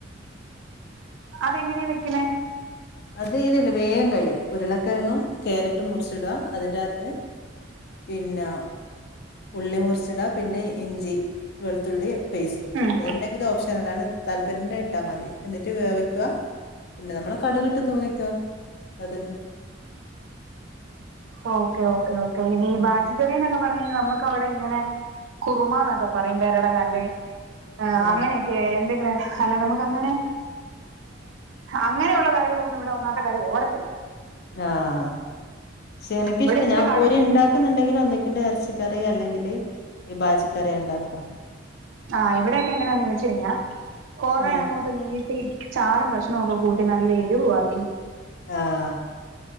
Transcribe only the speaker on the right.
അതെങ്ങനെയാണ് വെക്കണേ?
ഉം
ഓക്കെ ഓക്കേ ഓക്കെ
ഈ ബാജഗറി എന്നൊക്കെ പറഞ്ഞ അ നമുക്കവടെ ഇങ്ങനെ കുറുമന്നൊക്കെ പറയുമ്പരട നല്ലേ? ആഹ്
അങ്ങനെയൊക്കെ എന്തെങ്കിലും അല്ലെ നമുക്ക് അങ്ങനെ അങ്ങനെയുള്ള കറികളൊന്നും ഇവിടെ ഒന്നാത്തെ കാര്ം ഓടത്തില്ല.
ഇവിടെ ഇച്ചിരി
കടലയൊക്കെ
ആഹ് ഇവിടെക്കെ എങ്ങനാന്ന് ചോച്ച കഴിഞ്ഞാ കൊറെ
അങ്ങോട്ട് നീട്ടി ചാറും കഷ്ണ ഒക്കെ കൂട്ടി നല്ല എരുവ്വാക്കി